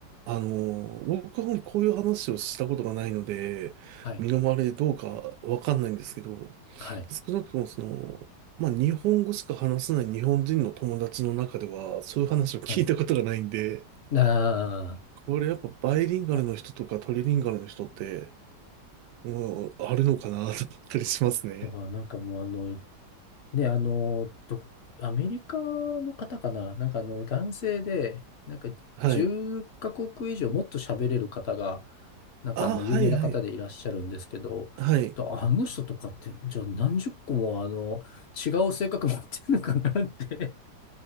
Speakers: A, on the right; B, on the left.
A: あの、僕はあまりこういう話をしたことがないので、
B: はい。
A: 身の回りでどうかわかんないんですけど、
B: はい。
A: 少なくともその、まあ日本語しか話せない日本人の友達の中では、そういう話を聞いたことがないんで、
B: はい。あ
A: これやっぱバイリンガルの人とかトリリンガルの人って、
B: あ。
A: もうあるのかなと思ったりしますね。
B: だからなんかもうあの、ね、あの、ど、アメリカの方かななんかあの、男性で、なんか10カ国以上もっと喋れる方が、
A: はい。
B: なんかあの、
A: あ、はいはい。
B: 有名な方でいらっしゃるんですけど、
A: はい。
B: とあの人とかって、じゃあ何十個もあの、違う性格持ってるのかなって